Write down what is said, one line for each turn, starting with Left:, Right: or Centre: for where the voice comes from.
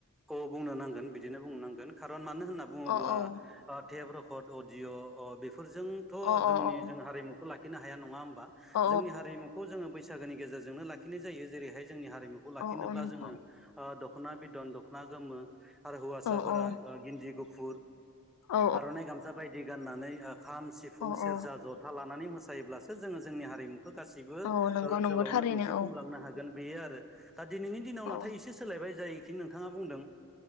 Centre: औ बुंनो नांगोन बिदिनो बुंनो नांगोन खारन मानो होनना बुङोब्ला
Left: अ औ
Centre: टेब रेकर्ड अदिअ फोरजोंथ'
Left: अ
Centre: जोंनि
Left: अ अ
Centre: जों हारिमुखौ लाखिनो हाया नङा होमबा
Left: अ
Centre: जोंनि हारिमुखौ जोङो बै बैसागोनि गेजेरजोंनो लाखिनाय जायो जेरैहाय जोंनि हारिमुखौ लाखिनोब्ला
Left: अ अ नोंथां
Centre: जोङो दख'ना बिदन ना गोमो आरो हौवासाफोरा
Left: औ औ
Centre: गिन्जि गुफुर
Left: औ
Centre: आर'नाइ गामसा बायदि गाननानै खाम, सिफुं,
Left: औ
Centre: सेरजा,
Left: औ
Centre: जथा लानानै मोसायोब्लासो जोङो जोंनि हारिमुखौ बे गासैबो
Left: औ नंगौ
Centre: ओनसोलावनो
Left: नंगौ थारैनो
Centre: दिन्थिफुंलांनो
Left: औ
Centre: हागोन बेयो आरो दा दिनैनि दिनाव नाथाय
Left: औ
Centre: एसे सोलायबाय जायखि नोंथाङा बुंदों